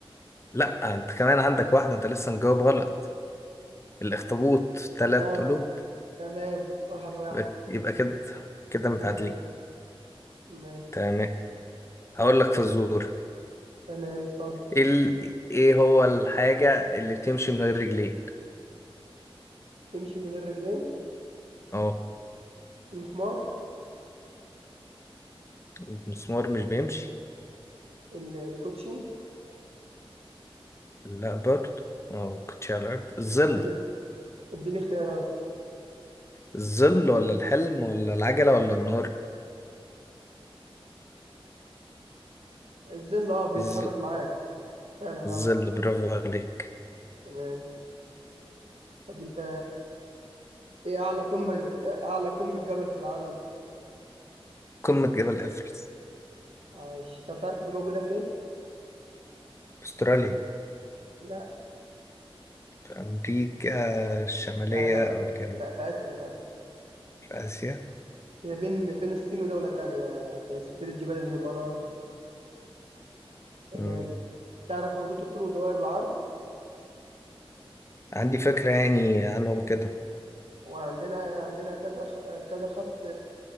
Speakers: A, on the left; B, on the right.
A: لا أنت كمان عندك واحدة أنت لسه مجاوب غلط الأخطبوط تلات
B: اه
A: قلوب
B: تمام واحد واحد
A: يبقى يبقى كده كده متعادلين
B: ماشي ماشي
A: تمام هقول لك فزورة
B: تمام اتفضل
A: ايه ال- إيه هو الحاجة اللي بتمشي من غير رجلين
B: تمشي من غير رجلين
A: اه
B: المسمار
A: المسمار مش بيمشي
B: ال- الكوتشي
A: لا برضه اه كنتش على الأرض. الظل
B: تمام اديني اختيارات
A: الظل ولا الحلم ولا العجلة ولا النار
B: الظل اه بيتحرك
A: الظ-
B: معاك فعلا اه
A: الظل برافو عليك
B: تمام طب انت ايه اعلى قمة اعلى قمة جبل في العالم
A: قمة جبل إيفرست
B: عايش طب تعرف دي موجودة فين
A: في أستراليا
B: لا
A: في أمريكا الشمالية
B: لا لا لا
A: أو الجنوب
B: لا في آسيا في آسيا
A: في آسيا
B: هي بين بين الصين ودولة تانية في سلسلة جبال الهيمالايا تمام
A: مم.
B: تعرف خطوط الطول ودوائر العرض
A: عندي فكرة يعني عنهم كده
B: وعندنا عندنا كذا خ- كذا خط